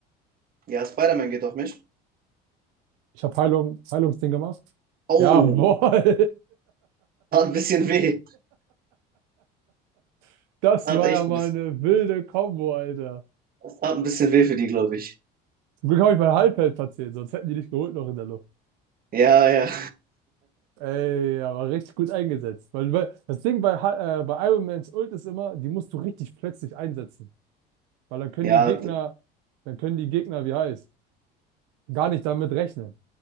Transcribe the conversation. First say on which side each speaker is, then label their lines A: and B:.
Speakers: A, on the right; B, on the right.
A: ja, Spider-Man geht auf mich.
B: Ich habe Heilung, Heilungsding gemacht.
A: Oh,
B: Jawohl.
A: hat ein bisschen weh.
B: <laughs> Das
A: Hat
B: war
A: echt
B: ja mal
A: ein bisschen,
B: eine wilde Kombo, Alter.
A: hat ein bisschen weh für die, glaube ich.
B: Zum Glück habe ich mein Halbfeld platziert, sonst hätten die nicht geholt noch in der Luft.
A: Ja, ja.
B: Ey, aber richtig gut eingesetzt. Weil, weil das Ding bei, Ha- äh, bei Iron Mans Ult ist immer, die musst du richtig plötzlich einsetzen. Weil dann können
A: Ja,
B: die Gegner,
A: d-
B: dann können die Gegner, wie heißt, gar nicht damit rechnen.